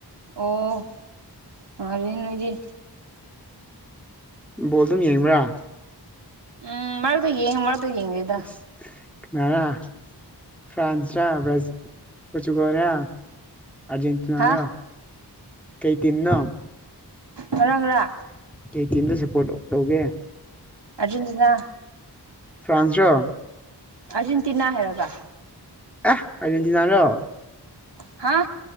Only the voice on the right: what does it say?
ꯑꯣ ꯅꯨꯡꯉꯥꯏꯔꯦ ꯅꯣꯏꯗꯤ
ꯎꯝ ꯃꯥꯔꯛꯇ ꯌꯦꯡ ꯃꯥꯔꯛꯇ ꯌꯦꯡꯗꯦꯗ
ꯍꯥ
ꯃꯔꯥꯡꯔ
ꯑꯔꯖꯦꯟꯇꯤꯅꯥ
ꯑꯔꯖꯦꯟꯇꯤꯅꯥ ꯍꯥꯏꯔꯒ
ꯍꯥ